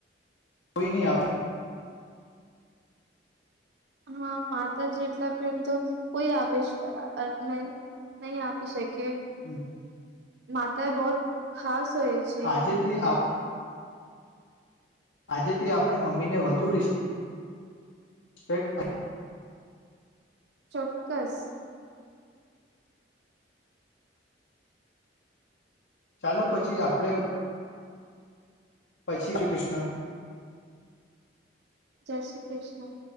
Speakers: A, on the left; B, on the right.
A: કોઈ નહી આપ
B: હા માતા જેટલા પ્રેમ તો કોઈ આપે છે, નહી. નહી આપી શકે
A: આપે
B: માતા એ બહત ખાસ હોય. છે
A: આજેથી આપ આજેથી આપડે મમ્મીને વધુ <inaudible>
B: ચોક્કસ
A: ચાલો પછી આપડે પછી શ્રી કૃષ્ણ
B: જય શ્રી કૃષ્ણ